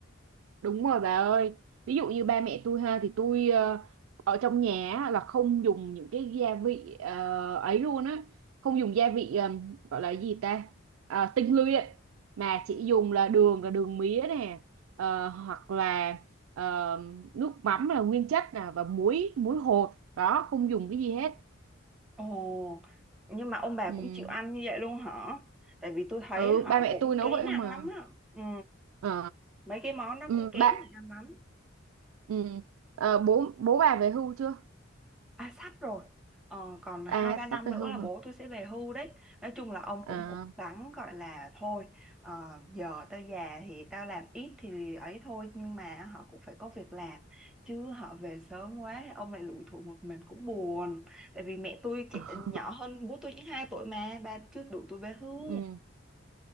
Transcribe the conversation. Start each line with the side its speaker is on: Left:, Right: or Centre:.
Right: đúng rồi bà ơi ví dụ như ba mẹ tôi ha thì tôi ờ, ở trong nhà á, là không dùng những cái gia vị ờ, ấy luôn á không dùng gia vị ờ, gọi là gì ta Ờ, tinh luyện mà chỉ dùng là đường là đường mía nè ờ, hoặc là ờ, nước mắm là nguyên chất nè và muối muối hột đó không dùng cái gì hết
Centre: Ồ, nhưng mà ông bà
Right: ừ,
Centre: cũng chịu ăn như vậy luôn hả? Tại vì tôi thấy
Right: ừ
Centre: họ
Right: ba mẹ
Centre: cũng
Right: tôi nấu
Centre: kén
Right: vậy
Centre: ăn
Right: không mà
Centre: lắm á. Ừ,
Right: Ờ,
Centre: mấy cái món đó
Right: ừ,
Centre: cũng kén
Right: bạn
Centre: người ăn lắm.
Right: ừ, ờ, bố bố bà về hưu chưa
Centre: À, sắp rồi. Ờ, còn hai
Right: à
Centre: ba năm
Right: sắp về
Centre: nữa
Right: hưu
Centre: là
Right: hả
Centre: bố tôi sẽ về hưu đấy. Nói chung là ông
Right: À,
Centre: cũng cố gắng gọi là thôi, ờ, giờ tao già thì tao làm ít thì ấy thôi. Nhưng mà họ cũng phải có việc làm. Chứ họ về sớm quá, ông lại lủi thủi một mình cũng buồn. Tại vì mẹ tôi trẻ,
Right: ờ,
Centre: nhỏ hơn bố tôi những 2 tuổi mà, bà chưa đủ tuổi về hưu.
Right: ừ.